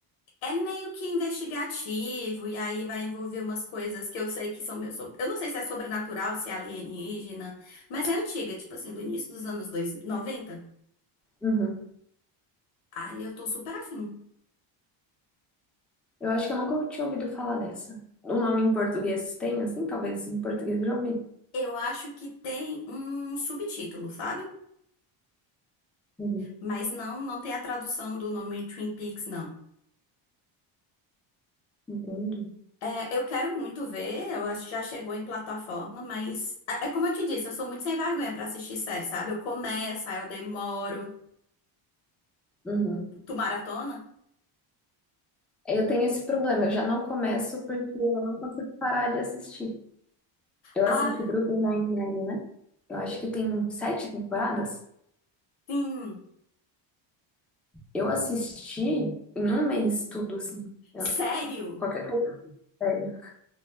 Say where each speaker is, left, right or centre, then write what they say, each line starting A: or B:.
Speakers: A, on the left; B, in the centre.
A: É meio que investigativo, e aí vai envolver umas coisas que eu sei que são meus. Eu não sei se é sobrenatural, se é alienígena, mas é antiga, tipo assim, do início dos anos dois- 90.
B: Uhum.
A: Aí eu tô super afim.
B: Eu acho que eu nunca tinha ouvido falar dessa. O nome em português tem, assim? Talvez em português eu já ouvi.
A: Eu acho que tem um subtítulo, sabe?
B: Uhum.
A: Mas não, não tem a tradução do nome Twin Peaks, não.
B: Entendi.
A: É, eu quero muito ver, eu acho que já chegou em plataforma, mas é, é como eu te disse, eu sou muito sem vergonha pra assistir série, sabe? Eu começo, aí eu demoro.
B: Uhum.
A: Tu maratona?
B: Eu tenho esse problema, eu já não começo porque eu não consigo parar de assistir. Eu
A: Ah,
B: assisti Brooklyn Nine-Nine, né? Eu acho
A: eu
B: que tem sete temporadas.
A: sim.
B: Eu assisti em um mês tudo, assim. Eu-
A: Sério?
B: qualquer coisa. sério.